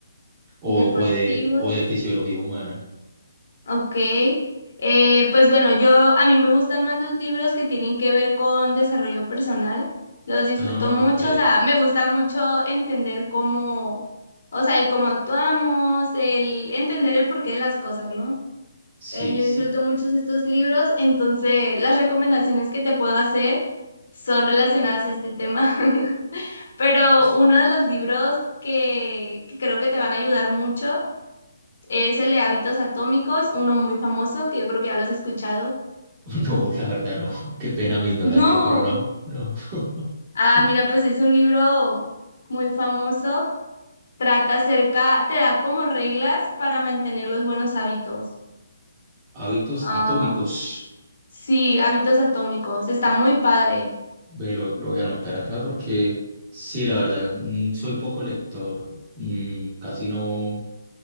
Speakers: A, on the right; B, on the left.
A: o,
B: Deportivo.
A: o de, o de fisiología humana.
B: Ok, eh, pues bueno, yo a mí me gustan más los libros que tienen que ver con desarrollo personal. Los disfruto
A: Ah,
B: mucho,
A: ok.
B: o sea, me gusta mucho entender cómo, o sea, el cómo actuamos, el entender el porqué de las cosas, ¿no?
A: Sí,
B: Eh, yo
A: sí.
B: disfruto muchos estos libros, entonces las recomendaciones que te puedo hacer son relacionadas a este tema. <laughs> Pero
A: S-
B: uno de los libros que, que creo que te van a ayudar mucho es el de hábitos atómicos, uno muy famoso, que yo creo que ya lo has escuchado.
A: <laughs> No, la verdad, no. <laughs> Qué pena mi ignorancia,
B: No.
A: pero no, no.
B: Ah,
A: <laughs>
B: mira, pues es un libro muy famoso. Trata acerca, te da como reglas para mantener los buenos hábitos.
A: Hábitos
B: Ah,
A: atómicos.
B: sí, hábitos atómicos. Está muy padre.
A: Ve, lo, lo voy a anotar acá porque sí, la verdad, mm, soy poco lector, mm, casi no,